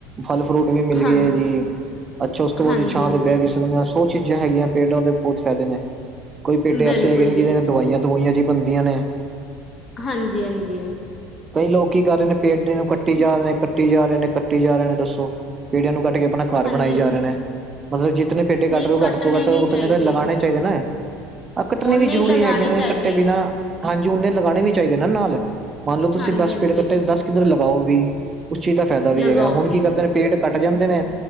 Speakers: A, on the right (about 30°); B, on the left (about 30°).
A: ਫਲ ਫਰੂਟ ਵੀ ਮਿਲ
B: ਹਾਂਜੀ,
A: ਗਏ ਜੀ, ਅੱਛਾ ਓਸ ਤੋਂ
B: ਹਾਂਜੀ,
A: ਬਾਦ ਛਾਂ
B: ਹਾਂਜੀ
A: ਤੇ ਬਹਿ ਵੀ ਸਕਦੇ ਹਾਂ। ਬੋਤ ਚੀਜ਼ਾਂ ਹੈਗੀਆਂ ਪੇਡਾਂ ਦੇ ਬੋਤ ਫੈਦੇ ਨੇ, ਕੋਈ ਪੇਡੇ
B: ਬਿਲਕੁਲ
A: ਐਸੇ ਹੈਗੇ ਨੇ
B: ਜੀ।
A: ਜਿਦੇ ਨੇ ਦਵਾਈਆਂ-ਦਵਾਈਆਂ ਜੀ। ਬੰਦੀਆਂ ਨੇ।
B: ਹਾਂਜੀ-ਹਾਂਜੀ।
A: ਕਈ ਲੋਕ ਕੀ ਕਰ ਰਹੇ ਨੇ ਪੇੜੇ ਨੂੰ ਕੱਟੀ ਜਾ ਰਹੇ ਨੇ, ਕੱਟੀ ਜਾ ਰਹੇ ਨੇ, ਕੱਟੀ ਜਾ ਰਹੇ ਨੇ ਦੱਸੋ ਪੇੜਿਆਂ ਨੂੰ ਕੱਟ ਕੇ ਆਪਨੇ ਘਰ
B: ਹਾਂਜੀ
A: ਬਣਾਈ ਜਾ ਰਹੇ ਨੇ, ਮਤਲਬ ਜਿਤਨੇ ਪੇਡੇ ਕੱਟ
B: ਨਹੀਂ
A: ਰਹੇ
B: ਕੱਟਣੇ
A: ਘੱਟ ਤੋਂ ਘੱਟ
B: ਨੀ
A: ਓਤਨੇ
B: ਚਾਹੀਦੇ
A: ਤਾਂ ਲਗਾਣੇ
B: ਹੈ।
A: ਚਾਈਦਾ ਨਾ, ਆਹ ਕੱਟਣੇ
B: ਓਨੇ
A: ਵੀ ਜ਼ਰੂਰੀ
B: ਹੀ ਲਗਾਣੇ
A: ਹੈਗੇ ਨੇ
B: ਚਾਹੀਦੇ
A: ਕੱਟੇ
B: ਹੈ
A: ਬਿਨਾਂ ਹਾਂਜੀ ਓਨੇ ਲਗਾਨੇ ਵੀ ਚਾਈਦੇ ਨਾ ਨਾਲ, ਮੰਨ ਲਓ ਤੁਸੀਂ
B: ਹਾਂਜੀ,
A: ਦਸ
B: ਹਾਂਜੀ
A: ਪੇੜ ਕੱਟੇ ਦਸ ਕਿੱਧਰ ਲਗਾਓ ਵੀ। ਓਸ ਚੀਜ਼ ਦਾ ਫੈਦਾ ਵੀ
B: ਲਗਾਓਗੇ।
A: ਹੈਗਾ, ਹੁਨ ਕੀ ਕਰਦੇ ਪੇੜ ਕੱਟ ਜਾਂਦੇ ਨੇ,